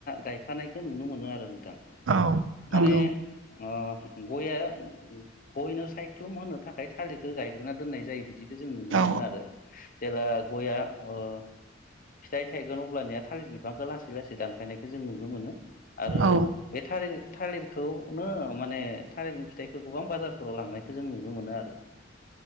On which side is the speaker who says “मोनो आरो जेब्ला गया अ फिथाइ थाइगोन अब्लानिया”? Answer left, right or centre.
Left